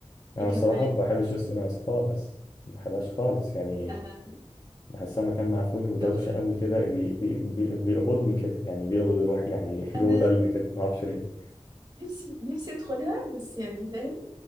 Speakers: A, on the left; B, on the right.
A: انا
B: ايه كمان
A: الصراحه ما بحبش السينماز خالص ما بحبهاش خالص يعني
B: آه
A: بحسها مكان مقفول ودوشه
B: دغ...
A: قوي كده بي بي بي بيقبضني كده يعني بيقبض روحي يعني <laughs>
B: انا
A: بيقبض قلبي كده ما اعرفش ليه
B: نفسي نفسي ادخلها بس يعني فاهم